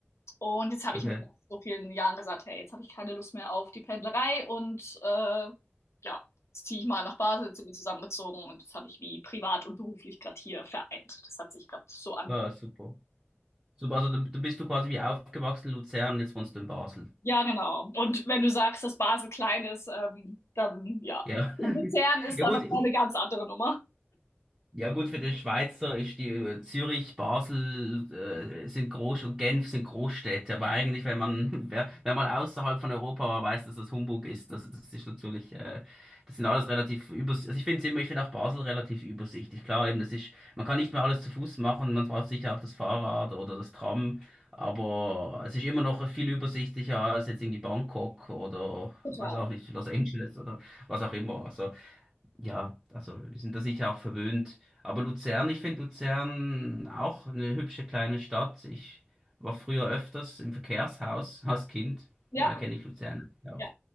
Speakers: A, on the left; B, on the right.
A: Und jetzt habe
B: Okay.
A: ich mir nach so vielen Jahren gesagt, hey, jetzt habe ich keine Lust mehr auf die Pendlerei und äh, ja, jetzt ziehe ich mal nach Basel, jetzt sind wir zusammengezogen und das habe ich wie privat und beruflich gerade hier vereint. Das hat sich gerade so angeboten.
B: Ah, super. Super, also dann dann bist du quasi wie aufgewachsen in Luzern, jetzt wohnst du in Basel.
A: Ja, genau. Und wenn du sagst, dass Basel klein ist, ähm, dann ja,
B: Ja.
A: <laughs> Luzern
B: <laughs>
A: ist
B: Ja
A: da
B: gut,
A: noch
B: ich,
A: mal eine ganz andere Nummer.
B: Ja gut, für den Schweizer ist die äh, Zürich, Basel äh, sind Groß und Genf sind Großstädte, aber eigentlich, wenn man <laughs> wer, wenn man außerhalb von Europa war, weiß, dass das Humbug ist. Also das ist natürlich, äh, das sind alles relativ übersichtlich. Also ich finde immer, ich finde auch Basel relativ übersichtlich. Klar, eben, das ist, man kann nicht mehr alles zu Fuß machen, man braucht sicher auch das Fahrrad oder das Tram, aber es ist immer noch viel übersichtlicher als jetzt irgendwie Bangkok oder
A: Total.
B: weiß auch nicht, Los Angeles oder was auch immer. Also ja, also wir sind da sicher auch verwöhnt. Aber Luzern, ich finde Luzern auch eine hübsche kleine Stadt. Ich war früher öfters im Verkehrshaus <laughs> als Kind.
A: Ja,
B: Daher kenne ich Luzern auch.
A: ja,